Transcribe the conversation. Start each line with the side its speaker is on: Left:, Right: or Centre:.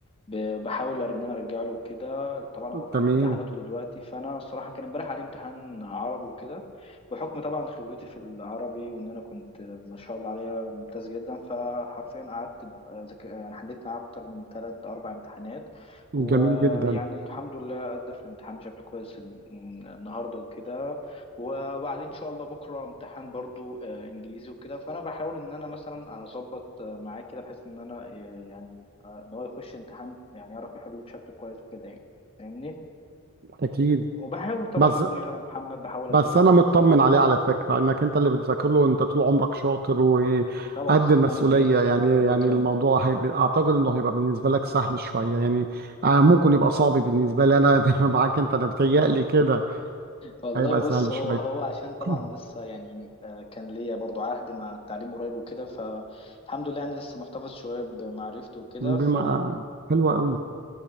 Left: ب- بحاول ان انا ارجع له كده طبعا هو في
Right: تمام
Left: قلب امتحاناته دلوقتي فانا الصراحه كان امبارح عليه امتحان عربي وكده بحكم طبعا خبرتي في العربي وان انا كنت ما شاء الله عليا ممتاز جدا فحرفيا قعدت أذاك- يعني حليت معاه اكتر من ثلاث اربع امتحانات ويعني
Right: جميل جدا
Left: الحمد لله ادى في الامتحان بشكل كويس الن- النهارده وكده و- وعليه ان شاء الله بكره امتحان برضو آه، انجليزي وكده فانا بحاول ان انا مثلا اظبط آه، معاه كده بحيث ان انا آه، يعني ان هو يخش امتحان يعني يعرف يحل بشكل كويس وكده يعني فاهمني
Right: اكيد
Left: وبحاول طبعا
Right: بس
Left: اخويا محمد بحاول
Right: بس
Left: اديله شويه
Right: انا مطمن
Left: نصايح
Right: عليه على فكره انك انت اللي بتذاكر له وانت طول عمرك شاطر وقد
Left: طبعا
Right: المسؤوليه
Left: الحمد لله
Right: يعني
Left: <laughs>
Right: يعني
Left: الله يكرمكم
Right: الموضوع هيبقى اعتقد انه هيبقى بالنسبه لك سهل شويه يعني آه، ممكن يبقى صعب بالنسبه لي انا <laughs> معاك انت انا بتهيألي كده
Left: والله
Right: هيبقى
Left: بص
Right: سهل
Left: هو
Right: شويه
Left: هو عشان طبعا
Right: <clears throat>
Left: لسه يعني آه، كان ليا برضو عهد مع التعليم قريب وكده فالحمد لله يعني لسه محتفظ شويه بمعرفته وكده
Right: بما
Left: فيعني
Right: حلوه قوي
Left: فاهم؟